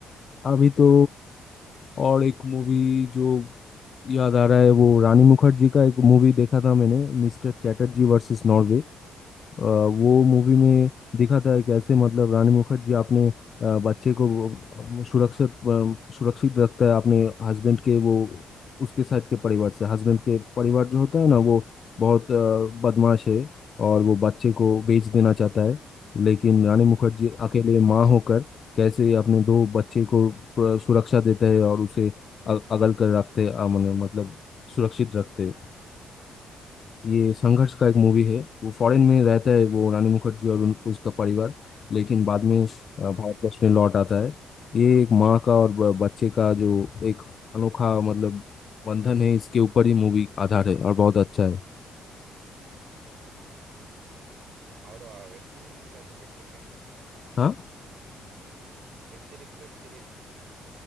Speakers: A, on the left; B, on the right.
A: अभी तो और एक मूवी जो याद आ रहा है वो रानी मुखर्जी का एक मूवी देखा था मैंने मिस्टर चैटर्जी वर्सेस नॉर्वे अ, वो मूवी में
B: भाई
A: दिखा था कैसे मतलब रानी मुखर्जी अपने अ, बच्चे को वो सुरक्षित अ, सुरक्षित रखता है अपने हस्बैंड के वो उसके साइड के परिवार से हस्बैंड के परिवार जो होता है ना वो बहुत अ, बदमाश है और वो बच्चे को बेच देना चाहता है लेकिन रानी मुखर्जी
B: हाँ
A: अकेले
B: भाई
A: माँ होकर कैसे अपने दो बच्चे को अ, सुरक्षा देते हैं और उसे अ- अगल कर रखते अ, मतलब सुरक्षित रखते हैं। ये संघर्ष
B: ठीक है
A: का एक
B: ठीक
A: मूवी
B: है
A: है
B: भाई
A: वो फॉरेन में रहता है वो रानी मुखर्जी और उन, उसका परिवार लेकिन बाद में अ, भारतवर्ष
B: हाँ भाई
A: में लौट आता है ये एक माँ का और ब- बच्चे का जो एक अनोखा मतलब बंधन है इसके ऊपर ही मूवी आधार है और बहुत अच्छा है
B: हम्म, हाँ भाई हाँ भाई और वेब सीरीज नहीं क्या तो देखते क्या
A: हाँ
B: Web series web series